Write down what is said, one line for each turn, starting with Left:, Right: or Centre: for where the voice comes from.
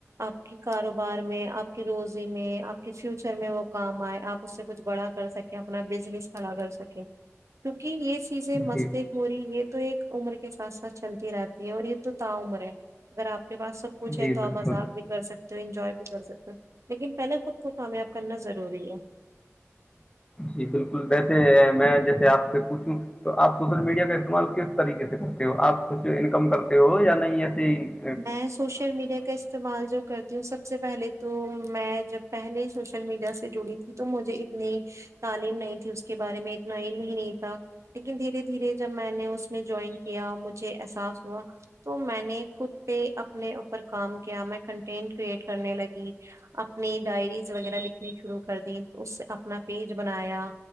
Right: آپ کے کاروبار میں آپ کی روزی میں آپ کے فیوچر میں وہ کام آئے آپ اس سے کچھ بڑا کر سکیں اپنا بزنس کھڑا کر سکے کیونکہ یہ چیزیں مستق
Left: جی
Right: ہو رہی یہ تو ایک عمر کے ساتھ ساتھ چلتی رہتی ہے اور یہ تو تا عمر ہے اگر آپ کے پاس سب کچھ
Left: جی
Right: ہے تو آپ
Left: بالکل
Right: مذاق بھی کر سکتے ہو انجوائے بھی کر سکتے ہو تو لیکن پہلے خود کو کامیاب کرنا ضروری ہے
Left: جی بالکل ویسے میں جیسے آپ سے پوچھوں تو آپ سوشل میڈیا کا استعمال کس طریقے سے کرتے ہو آپ کچھ انکم کرتے ہو یا نہیںئی ایسی
Right: میں سوشل میڈیا کا استعمال جو کرتی ہوں سب سے پہلے تو میں جب پہلے سوشل میڈیا سے جڑی تھی تو مجھے اتنی تعلیم نہیں تھی اس کے بارے میں اتنا علم ہی نہیں تھا لیکن دھیرے دھیرے جب میں نے اس میں جوائن کیا مجھے احساس ہوا تو میں نے خود پہ اپنے اوپر کام کیا میں کنٹینٹ کریئٹ کرنے لگی اپنی ڈائریز وغیرہ لکھنی شروع کر دی تو اس سے اپنا پیج بنایا